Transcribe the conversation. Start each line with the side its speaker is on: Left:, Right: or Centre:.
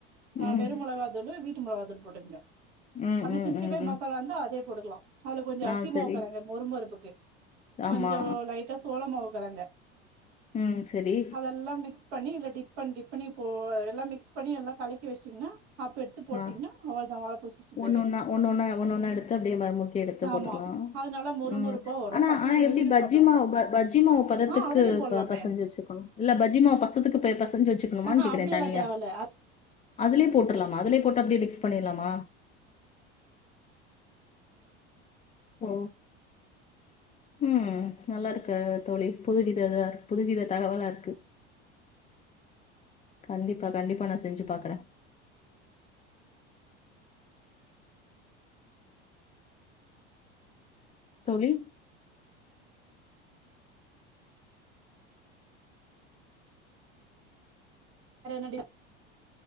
Right: ஆஹ்
Left: ம்
Right: வெறுமோளவாதுலு வீட் றும் மிளகாய் தூள் போட்டுங்க
Left: ம்
Right: அப்டி
Left: ம்
Right: சிக்ஸ்டி
Left: ம்
Right: பைவ்
Left: ம்
Right: மசாலா வந்த அதே போடுங்க அது கொஞ்சோம்
Left: ஆ
Right: அரிசி
Left: சரி
Right: மாவு கிழங்க மொறுமொறுப்புக்கு கொஞ்சோம்
Left: ஆமா
Right: லைட்டா சோளமாவு கலங்க
Left: உம் செரி
Right: அதெல்லா மிக்ஸ் பண்ணி இதுல டிப் டிப் பண்ணி இ எல்லாம் மிகஸ் பண்ணி எல்லாம் கலக க்கி வச்சிட்டீங்கன்னா அப்ப எடுத்து போட்டீங்கன்னா
Left: ஆ
Right: அவ்ள தா வாழ பூ சிக்ஸ்டி பைய்
Left: ஒண்ணு
Right: ரெடி
Left: ஒண்ணா ஒண்ணு ஒண்ணா ஒண்ணு ஒண்ணா எடுத்து அப்படியே ம முக்கி எடுத்து போட்டுலாம்
Right: ஆமா அது நல்லா மொறு
Left: உஹம்
Right: மொறுப்பா வரு
Left: ஆனா
Right: பசங்க
Left: ஆனா எப்டி
Right: விரும்பி
Left: பஜ்ஜி
Right: சாப்டுவாங்க
Left: மாவு பஜ்ஜி மாவு பதத்துக்கு
Right: ஆ அதுலயு போடலாமே
Left: பிசஞ்சு வச்சுக்கணும் இல்ல பஜ்ஜி மாவு பதத்துக்கு பிசஞ்சு வச்சுக்கணுமா
Right: ஆஹா அப்டியெல்லா
Left: தனியா
Right: தேவல்ல
Left: அதிலே போட்டர்லாமா அதிலே போட்டு அப்டியே மிக்ஸ் பண்ணிடலாமா ஓ உஹம் நல்லா இருக்க தோழி புதுவித புதுவித தகவலா இருக்கு கண்டிப்பா கண்டிப்பா நான் செஞ்சு பாக்குறேன் தோழி
Right: வேற என்னடி